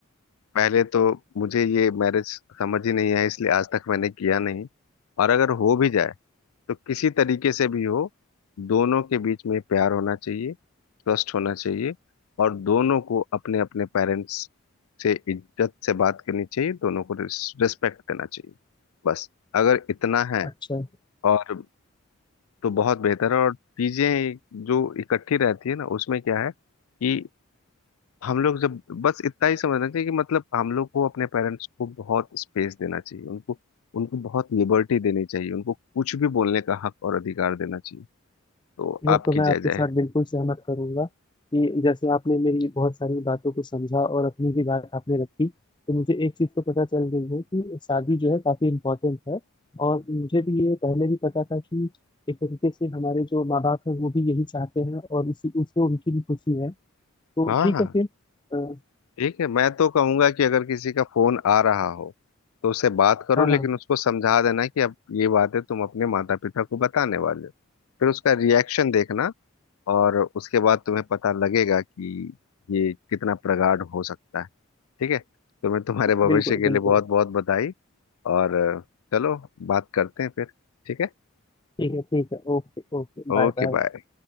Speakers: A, on the left (about 80°); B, on the left (about 20°).
A: पहले तो मुझे ये मैरिज समझ ही नहीं है इसलिए आज तक मैंने किया नहीं और अगर हो भी जाए तो किसी तरीके से भी हो दोनों के बीच में प्यार होना चाहिए ट्रस्ट होना चाहिए और दोनों को अपने अपने पेरेंट्स से इज्जत से बात करनी चाहिए दोनों को रिस्पेक्ट देना चाहिए बस अगर इतना है
B: अच्छा
A: और तो बहुत बेहतर है और चीजें जो इकट्ठी रहती है ना उसमें क्या है कि हम लोग जब बस इतना ही समझना चाहिए कि मतलब हम लोग को अपने पेरेंट्स को बहुत स्पेस देना चाहिए उनको उनको बहुत लिबर्टी देनी चाहिए उनको कुछ भी बोलने का हक और अधिकार देना चाहिए तो
B: वो
A: आपकी
B: तो मैं
A: जय
B: आपके
A: जय
B: साथ बिल्कुल सहमत करूंगा कि जैसे आपने मेरी बहुत सारी बातों को समझा और अपनी भी बात आपने रखी तो मुझे एक चीज़ तो पता चल गई है कि शादी जो है काफ़ी इम्पोर्टेंट है और मुझे भी ये पहले भी पता था कि एक तरीके से हमारे जो माँ बाप हैं वो भी यही चाहते हैं और इसी उससे उनकी भी खुशी है तो
A: हाँ
B: ठीक
A: हाँ
B: है फिर अ,
A: ठीक है मैं तो कहूंगा कि अगर किसी का फोन आ रहा हो तो उससे बात करो
B: हाँ
A: लेकिन
B: हाँ
A: उसको समझा देना कि अब ये बातें तुम अपने माता पिता को बताने वाले हो फिर उसका रिएक्शन देखना और उसके बाद तुम्हें पता लगेगा कि ये कितना प्रगाढ़ हो सकता है ठीक है तो मैं तुम्हारे भविष्य
B: बिल्कुल
A: के
B: बिल्कुल
A: लिए बहुत बहुत बधाई और अ, चलो बात करते हैं फिर ठीक है
B: ठीक है ठीक है ओके ओके बाय
A: ओके
B: बाय
A: बाय